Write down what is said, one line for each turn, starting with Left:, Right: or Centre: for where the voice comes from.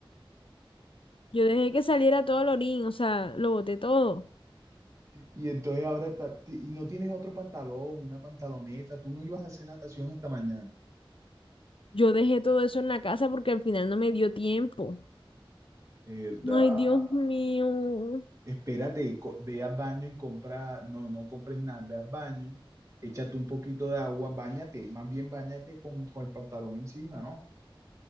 Left: yo dejé que saliera todo el orín, o sea, lo boté todo.
Right: Y entonces ahora ta- ti- y no tienes otro pantalón, una pantaloneta, tú no ibas a hacer natación esta mañana.
Left: Yo dejé todo eso en la casa porque al final no me dio tiempo.
Right: verdad
Left: Ay, Dios mío.
Right: Espérate, co- ve al baño y compra, no, no compres nada, ve al baño, échate un poquito de agua, báñate, más bien báñate con, con el pantalón encima, ¿no?